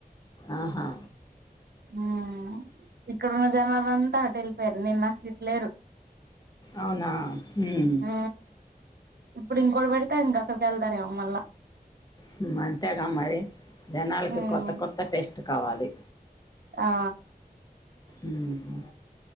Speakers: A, on the left; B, on the right.
A: ఆహా
B: మ్ ఇక్కడున్న జనాలు అంతా అటు ఎళ్ళిపోయారు నిన్న అసలు ఇటు లేరు
A: అవునా మ్
B: ఆ ఇప్పుడు ఇంకోటి పెడితే ఇంక అక్కడికి ఎల్తారేమో మళ్ల
A: హుం అంతేగా మరి జనాలకి
B: ఉమ్
A: కొత్త కొత్త టేస్ట్ కావాలి
B: ఆ
A: మ్